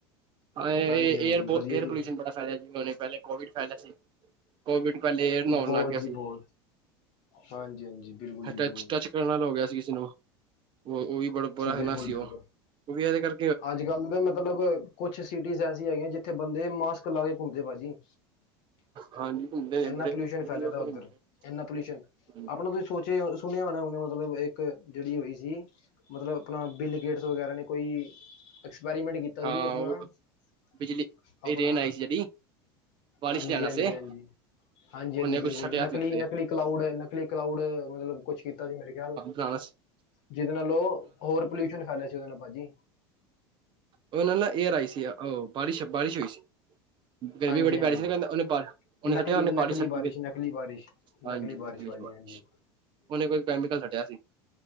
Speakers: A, on the right; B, on the left.
A: ਐ ਏਹ
B: ਹਾਂਜੀ ਹਾਂਜੀ
A: ਏਅਰ ਬੋ,
B: ਵਧੀਆ
A: ਏਅਰ
B: ਜੀ
A: ਪੋਲਿਊਸ਼ਨ ਬੜਾ ਫੇਲੇਆ, ਥੋੜੇ ਦਿਨ ਪੇਲੇ। ਕੋਵਿਡ ਫੈਲੇਆ ਸੀ। ਕੋਵਿਡ ਪੈਲੇ ਏਅਰ ਨੂੰ ਹੋਣ
B: ਬਹੁਤ
A: ਲਗ ਗਿਆ
B: ਜੀ
A: ਸੀ।
B: ਬਹੁਤ ਹਾਂਜੀ ਹਾਂਜੀ ਬਿਲਕੁਲ ਜੀ
A: ਟੱਚ-ਟੱਚ
B: ਬਿਲਕੁਲ
A: ਨਾਲ ਹੋ ਗਿਆ ਸੀ ਕਿਸੀ ਨੂੰ, ਉਹ-ਉਹ ਵੀ ਬੜਾ ਬਰਾਣਾ
B: ਜੀ ਬਿਲਕੁਲ
A: ਸੀ
B: ਬਿਲਕੁਲ
A: ਉਹ, ਕਿਉਂਕਿ ਏਹਦੇ ਕਰ
B: ਅੱਜ ਕੱਲ ਤੇ ਮਤਲਬ, ਕੁਛ ਸਿਟੀਜ਼ ਐਸੀ ਹੈਗੀਆਂ, ਜਿੱਥੇ ਬੰਦੇ ਮਾਸਕ ਲਾ ਕੇ ਘੁੰਮਦੇ ਭਾਜੀ।
A: ਹਾਂਜੀ ਘੁੰਮਦੇ ਨੇ
B: ਏਨਾ
A: ਬੜੇ
B: ਪੋਲਿਊਸ਼ਨ
A: ਲੋਕ
B: ਫੈਲਿਆ ਦਾ
A: ਘੁੰਮਦੇ
B: ਉੱਧਰ, ਏਨਾ ਪੋਲਿਊਸ਼ਨ,
A: ਨੇ।
B: ਆਪਣਾ ਤੁਸੀਂ ਸੋਚੇਆ, ਸੁਣਿਆ ਹੋਣਾ ਹੁਣੇ ਮਤਲਬ ਏਕ, ਜੇਹੜੀ ਹੋਈ ਸੀ। ਮਤਲਬ ਅਪਣਾ ਬਿੱਲ ਗੇਟਸ ਵਗੈਰਾ ਨੇ ਕੋਈ, ਐਕਸਪੈਰੀਮੈਂਟ ਕੀ ਤੁਸੀ
A: ਹਾਂ
B: ਆਪਣਾ-ਆਪਣਾ।
A: ਉਹ ਬਿਜਲੀ ਇਹ ਰੇਨ ਆਈ ਸੀ ਜਿਹੜੀ ਬਾਰਿਸ਼
B: ਹਾਂਜੀ-ਹਾਂਜੀ-ਹਾਂਜੀ।
A: ਲਿਆਣ ਵਾਸਤੇ
B: ਹਾਂਜੀ-ਹਾਂਜੀ
A: ਉਹਨੇ ਕੁਛ
B: ਬਿਲਕੁਲ,
A: ਸਟਿਆ
B: ਨਕਲੀ-ਨਕਲੀ
A: ਸੀ ਉੱਤੇ
B: ਕਲਾਊਡ- ਨਕਲੀ ਕਲਾਊਡ ਮਤਲਬ ਕੁਛ ਕੀਤਾ ਸੀ ਮੇਰੇ ਖਿਆਲ
A: ਲਾਲਚ
B: ਜਿਅਦੇ ਨਾਲ ਔਹ, ਹੋਰ ਪੋਲਿਊਸ਼ਨ ਫੈਲਿਆ ਸੀ ਉਹਦੇ ਨਾਲ ਭਾਜੀ।
A: ਉਹਨੇ ਨਾਲ ਨਾ ਏਅਰ ਆਈ ਸੀ ਔਹ, ਬਾਰਿਸ਼-ਬਾਰਿਸ਼ ਹੋਈ ਸੀ। ਗਰਮੀ
B: ਹਾਂਜੀ
A: ਬੜੀ
B: ਹਾਂਜੀ
A: ਪੈ ਰੀ ਸੀ ਨਾ, ਕੇਂਦਾ ਉਹਨੇ ਬਾ ਉਹਨੇ
B: ਨਕਲੀ
A: ਸੱਟਿਆ, ਉਹਨੇ
B: ਨਕਲੀ
A: ਬਾਰ ਈ ਸੱਟੀ
B: ਬਾਰਿਸ਼
A: ਫੇਰ।
B: ਨਕਲੀ ਬਾਰਿਸ਼ ਨਕਲੀ
A: ਹਾਂਜੀ
B: ਬਾਰਿਸ਼
A: ਅਖਲੇਸ਼
B: ਭਾਜੀ
A: ਵਸ਼,
B: ਹਾਂਜੀ
A: ਉਹਨੇ ਕੋਈ ਕੈਮੀਕਲ ਸਟੇਆ ਸੀ।